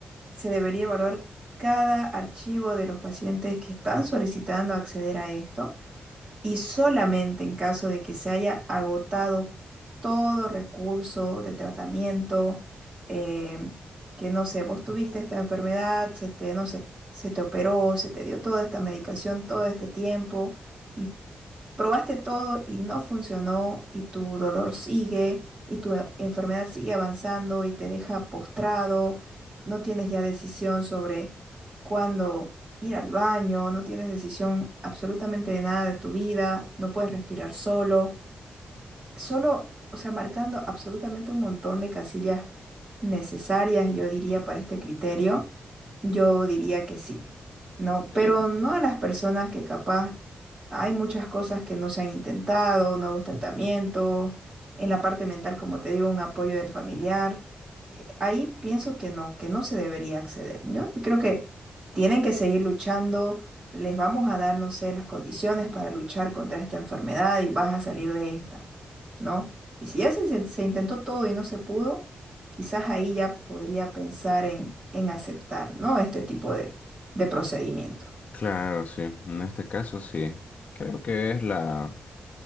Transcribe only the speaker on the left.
sí,
pues.
claro, sí, en este caso sí, creo que es la,